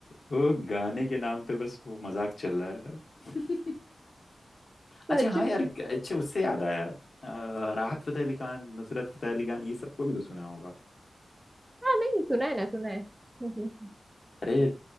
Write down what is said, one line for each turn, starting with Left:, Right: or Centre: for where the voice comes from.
Left: वो गाने के नाम पे बस वो मजाक चल रहा है <laughs>
Right: सच
Left: अच्छा हाँ यार
Right: में
Left: अच्छा उससे याद आया अ, राहत फतेह अली खान नुसरत फतेह अली खान ये सबको भी तो सुना होगा
Right: हाँ नहीं सुना है ना सुना है <laughs>
Left: अरे